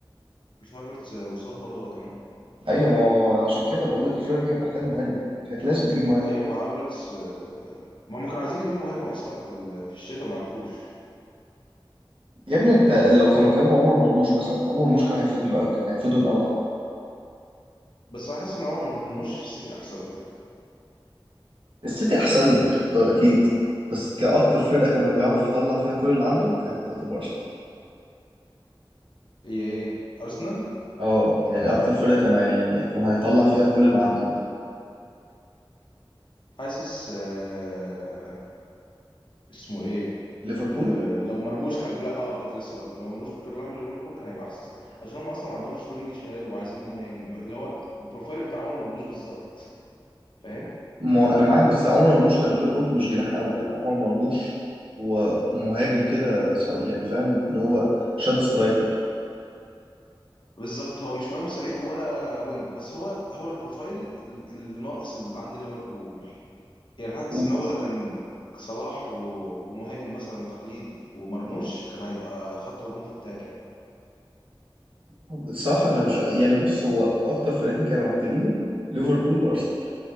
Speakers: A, on the left; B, on the right.
A: مش هافرتس آه، مصاب برضه هو كمان
B: ايوه ما هو عشان كده بقول لك الفرقه دي كانت محتاج مهاجم كانت لازم تجيب مهاجم
A: ايوه ما هافرتس آه، ما هم كانوا عايزين يجيبوا مهاجم اصلا في ال- في الشتاء ما عرفوش
B: يا ابني انت لو كانوا جابوا عمر مرموش مثلا عمر مرموش كان هيفيدهم قوي كان هيفيدهم قوي عامه
A: بس حاسس ان هو مرموش في السيتي احسن له يعني
B: السيتي احسن له ده اكيد بس كأكتر فرقة كان هيعرف يطلع فيها كل اللي عنده كانت هتبقى أرسنال
A: ايه ايه ارسنال
B: اه يعني اكتر فرقه كان هي... كان هيطلع فيها كل اللي عنده
A: حاسس آه، اسمه ايه
B: ليفربول
A: آه، آه، لو مرموش كان لا اه كنت لسه هقول لك لو مرموش كان راح ليفربول كان هيبقى احسن عشان هم اصلا ما عندهمش وينج شمال وعايزين مهاجم اللي هو البروفايل بتاع عمر مرموش بالظبط فاهم
B: ما انا معاك بس عمر مرموش خلي بالك برضه مش جناح قوي يعني عمر مرموش هو مهاجم كده ص- يعني فاهم اللي هو شادو سترايكر
A: بالظبط هو مش مهاجم صريح ولا وينج بس هو هو البروفايل ال- الناقص اللي عند ليفربول يعني حاسس
B: و-
A: ان هو لو كان صلاح و- ومهاجم مثلا تقليدي ومرموش كان هيبقى خط هجوم في التاك يعني
B: الصراحه انا مش يعني بص هو اكتر فرقتين كانوا محتاجينه ليفربول وارسنال